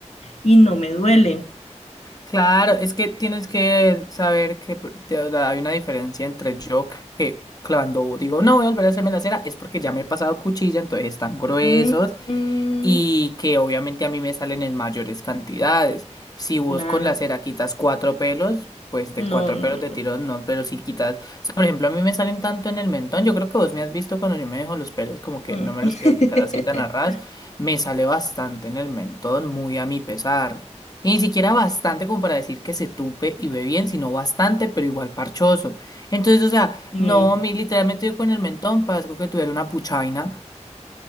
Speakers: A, on the left; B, on the left.
A: y no me duele.
B: Claro, es que tienes que saber que por- te- o sea, hay una diferencia entre yo que cuando digo no voy a volver a hacerme la cera es porque ya me he pasado cuchilla, entonces están gruesos
A: Mm, mm,
B: y que obviamente a mí me salen en mayores cantidades. Si vos
A: claro.
B: con la cera quitas cuatro pelos, pues de
A: No,
B: cuatro
A: no,
B: pelos
A: no.
B: de tirón no, pero si quitas, o sea, por ejemplo, a mí me salen tanto en el mentón, yo creo que vos me has visto cuando yo me dejo los pelos como que
A: Mm.
B: no me
A: <laughs>
B: los quiero quitar así tan a ras, me sale bastante en el mentón, muy a mi pesar. Y ni siquiera bastante como para decir que se tupe y ve bien, sino bastante, pero igual parchoso. Entonces, o sea,
A: Sí.
B: no, mi literalmente yo con el mentón parezco que tuviera una puchaina.